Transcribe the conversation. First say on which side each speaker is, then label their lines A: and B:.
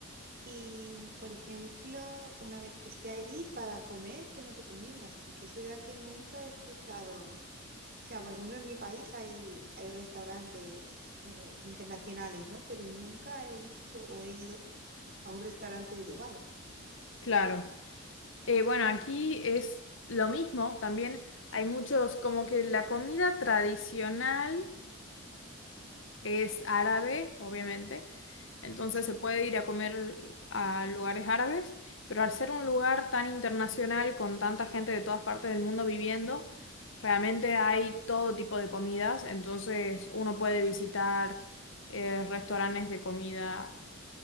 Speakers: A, on the right (about 45°); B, on the left (about 65°).
A: Y, por ejemplo, una vez que esté allí para comer, ¿qué me recomiendas? Porque es verdad que nunca he escuchado, o sea, por ejemplo, en mi país hay, hay restaurantes eh, internacionales, ¿no? Pero nunca he visto o he ido a un restaurante de Dubái.
B: Claro. Eh, bueno, aquí es lo mismo, también hay muchos, como que la comida tradicional. es árabe, obviamente. Entonces
A: Sí,
B: se puede ir a comer a lugares árabes, pero al ser un lugar tan internacional con tanta gente de todas partes del mundo viviendo, realmente hay todo tipo de comidas. Entonces uno puede visitar eh, restaurantes de comida